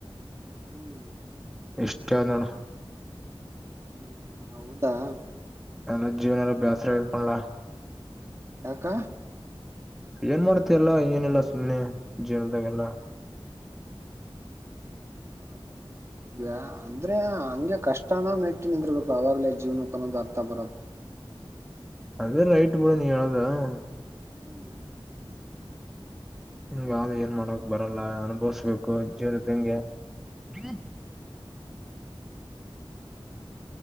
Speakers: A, on the right; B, in the centre.
A: ಹ್ಮ್
B: ಇಷ್ಟಾವನ್ನಣ
A: ಹ್ಮ್ ಹೌದಾ
B: ಎಲ್ಲ ಜೀವನ ಎಲ್ಲ ಬ್ಯಾಸರ <unintelligible>
A: ಯಾಕ?
B: ಏನ್ ಮಾಡ್ತಿ ಎಲ್ಲಾ ಏನಿಲ್ಲ ಸುಮ್ಮ್ನೆ ಜೀವನದಾಗೆಲ್ಲ <inaudible>
A: ಹೌದಾ ಅಂದ್ರೆ ಹಂಗೆ ಕಷ್ಟನು ಮೆಟ್ಟಿ ನಿಂದಿರ್ಬೇಕು ಅವಾಗಲೇ ಜೀವನಕ್ಕೆ ಒಂದು ಅರ್ಥ ಬರೋದು
B: ಅದೇ ರೈಟ್ <unintelligible>
A: ಹ್ಮ್
B: ಹಿಂಗ ಆದ ಏನ್ ಮಾಡಕ್ ಬರಲ್ಲ ಅನುಭವಿಸಬೇಕು ಜೀವನದಂಗೆ ಹ್ಮ್